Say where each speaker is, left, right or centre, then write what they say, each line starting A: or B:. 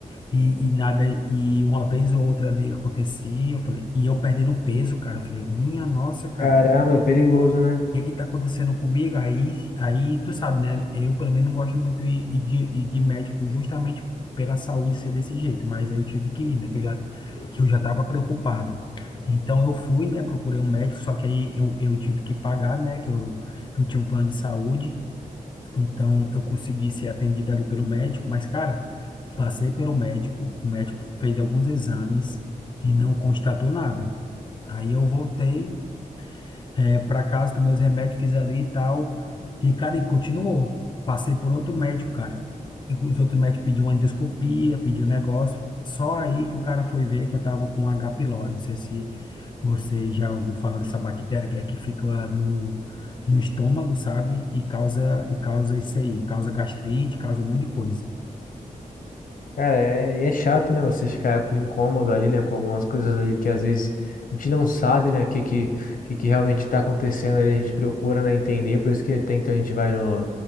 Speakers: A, on the left; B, on the left.
A: e, e nada, e uma vez ou outra ali acontecia, eu falei, e eu perdendo peso, cara. Eu falei, minha nossa, cara
B: Caramba, é perigoso, né?
A: que que tá acontecendo comigo? Aí, aí tu sabe, né? Eu pelo menos não gosto muito de, de, de de médico justamente pela saúde ser desse jeito, mas aí eu tive que ir, né? Que eu já, que eu já tava preocupado. Então eu fui, né? Procurei um médico, só que aí eu, eu tive que pagar, né? Que eu, eu tinha um plano de saúde. Então eu consegui ser atendido ali pelo médico, mas cara, passei pelo médico, o médico fez alguns exames e não constatou nada. Aí eu voltei é, para casa, tomei os remédios, fiz ali e tal. E, cara, e continuou. Passei por outro médico, cara. E os outros médicos pediam uma endoscopia, pediu um negócio. Só aí que o cara foi ver que eu tava com H. pylori. Não sei se você já ouviu falar dessa bactéria que é que fica no, no estômago, sabe? E causa, e causa isso aí. Causa gastrite, causa um monte de coisa.
B: Cara, é, e é chato, né? Você ficar com incômodo ali, né? Com algumas coisas ali que às vezes a gente não sabe, né? O que, que, que, que realmente está acontecendo ali. A gente procura, né, entender. Por isso que até então a gente vai no,